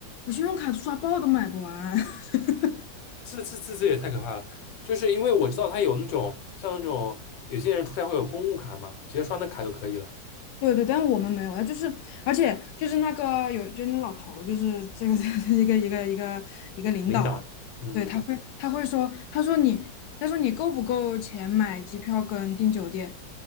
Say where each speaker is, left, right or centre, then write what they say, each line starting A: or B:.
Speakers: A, on the left; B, on the left.
A: 我信用卡刷爆都买不完。<laughs>
B: 这这这这也太可怕了，就是因为我知道他有那种像那种有些人出差会有公务卡嘛，直接刷那卡就可以了，
A: 对对，但是我们没有啊，他就是，而且就是那个有，就那老头儿就是这个 <laughs> 一个一个一个一个领导吧，
B: 领导，嗯
A: 对，他会他会说，他说你，他说你够不够钱买机票跟订酒店？